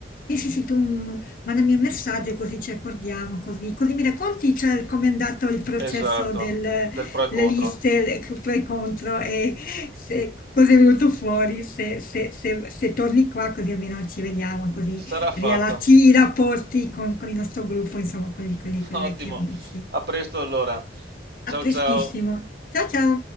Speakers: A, on the left; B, on the right.
A: Sì, sì, sì, tu mm, mandami un messaggio così ci accordiamo, così, così mi racconti, cioè, com'è andato il processo
B: Esatto,
A: delle
B: del pro e
A: liste
B: contro.
A: le- che pro e contro e se, cosa è venuto fuori, se, se- se- se torni qua così almeno ci vediamo, così
B: Sarà fatto.
A: riallacci i rapporti con, con il nostro gruppo, insomma, con gli, con gli-
B: <laughs>
A: con
B: Ottimo,
A: i vecchi amici.
B: a presto allora. Ciao
A: A prestissimo.
B: ciao.
A: Ciao ciao!